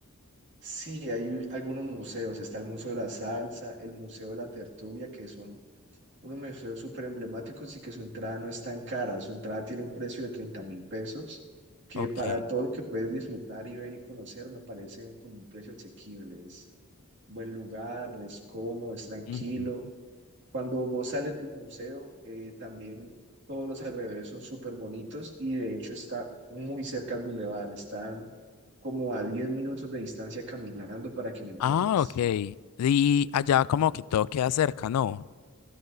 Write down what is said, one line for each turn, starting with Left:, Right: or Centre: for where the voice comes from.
Right: Sí, hay u- algunos museos. Está el Museo de la Salsa, el Museo de la Tertulia, que son unos museos súper emblemáticos y que su entrada no es tan cara. Su entrada tiene un precio de treinta mil pesos, que
Left: Ok.
Right: para todo lo que puedes disfrutar y ver y conocer me parece como un precio asequible. Es buen lugar, es cómodo, es tranquilo
Left: ujú.
Right: Cuando vos sales del museo, eh, también todos los alrededores son súper bonitos y de hecho está muy cerca al bulevar, están como a 10 minutos de distancia caminando para que me entiendas.
Left: Ah, ok. Y allá como que todo queda cerca, ¿no?